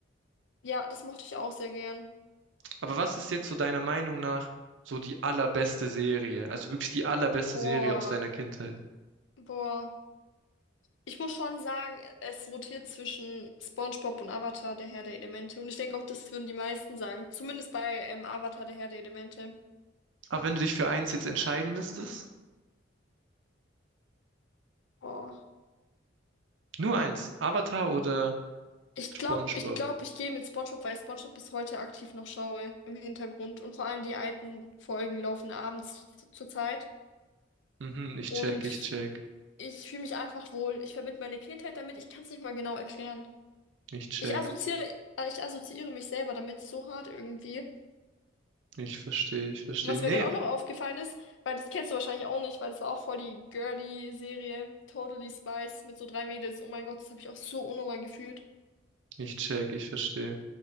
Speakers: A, on the left (about 70°); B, on the right (about 70°).
A: Ja, das mochte ich auch sehr gern.
B: Aber was ist jetzt so deiner Meinung nach so die allerbeste Serie? Also wirklich die allerbeste
A: Boah,
B: Serie aus deiner Kindheit.
A: boah. Ich muss schon sagen, es rotiert zwischen SpongeBob und Avatar, der Herr der Elemente. Und ich denke auch, das würden die meisten sagen. Zumindest bei ähm, Avatar, der Herr der Elemente.
B: Aber wenn du dich für eins jetzt entscheiden müsstest,
A: Boah.
B: nur eins, Avatar oder
A: Ich
B: SpongeBob?
A: glaube, ich glaube, ich gehe mit SpongeBob, weil ich SpongeBob bis heute aktiv noch schaue im Hintergrund. Und vor allem die alten Folgen laufen abends zu- zur Zeit.
B: Mhm, ich
A: Und
B: check, ich check.
A: ich fühle mich einfach wohl. Ich verbinde meine Kindheit damit. Ich kann es nicht mal genau erklären.
B: Ich check.
A: Ich assoziiere, äh, ich assoziiere mich selber damit so hart irgendwie.
B: Ich verstehe. Ich verstehe.
A: Und was
B: Nee,
A: mir gerade auch noch aufgefallen ist, weil das kennst du wahrscheinlich auch nicht, weil das war auch voll die girly Serie, Totally spice mit so drei Mädels. Oh mein Gott, das habe ich auch so unnormal gefühlt.
B: ich check. Ich verstehe.